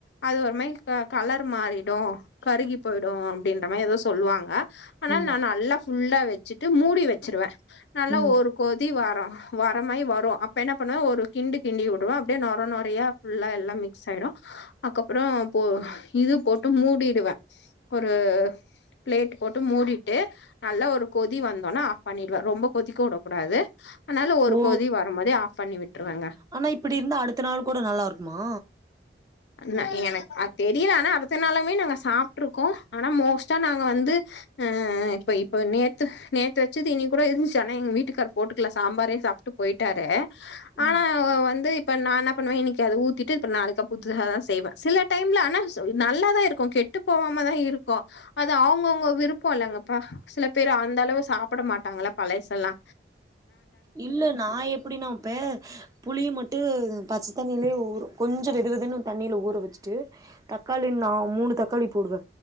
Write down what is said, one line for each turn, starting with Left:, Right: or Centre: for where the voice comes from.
Left: அது ஒரு மாரி க கலர் மாறிடு கருகி போய்டு அப்டின்ற மாரி எதோ சொல்வாங்க ஆனா
Right: ம்
Left: நா நல்லா ஃபுல்லா வெச்சுட்டு மூடி வச்சிருவே நல்லா
Right: ம்
Left: ஒரு கொதி வரு வரமாயி வரு அப்ப என்ன பண்ணுவ ஒரு கிண்டு கிண்டி விடுவ அப்டியே நொற நொறையா ஃபுல்லா எல்லாம் மிக்ஸ் ஆயிடு அக்கப்புறொ போ இது போட்டு மூடிடுவ ஒரு பிளேட் போட்டு மூடிட்டு நல்ல ஒரு கொதி வந்தொன்னே ஆஃப் பண்ணிடுவே ரொம்ப கொதிக்க உட கூடாது அத்னால ஒரு
Right: ஓ
Left: கொதி வரும்போதே ஆஃப் பண்ணி விட்ருவேங்க
Right: ஆனா இப்டி இருந்தா அடுத்த நாள் கூட நல்லா இருக்குமா
Left: ஆஹ ந எனக் அது தெரில ஆனா அடுத்த நாளாமே நாங்க சாப்ட்ருக்கோ ஆனா மோஸ்டா நாங்க வந்து ஆ இப்ப இப்ப நேத்து நேத்து வெச்சது இன்னெக்கி கூட இருந்துச்சு ஆனா எங்க வீட்டுக்காரு போட்டுகல ச சாம்பாரே சாப்ட்டு போய்ட்டாரு ஆனா
Right: ம்
Left: வந்து இப்ப நா என்ன பண்ணுவே இன்னெக்கி அத ஊத்திட்டு இப்ப நாளெக்கி அ புதுசா தா செய்வே சில டைம்ல அனா நல்ல தா இருக்கு கெ ட்டு போகாமதா இருக்கு அது அவ்ங்கவுங்க விருப்போ இல்லங்களப்பா சில பேரு அந்த அளவு சாப்பட மாட்டாங்கள பழெசெல்லா
Right: இல்ல நா எப்டின்னா வெபே புளிய மட்டு பச்ச தண்ணியிலே ஊறு கொஞ்சோ வெது வெதுன்னு தண்ணில ஊறு வெச்சுட்டு தக்காளி நா மூனு தக்காளி போடுவ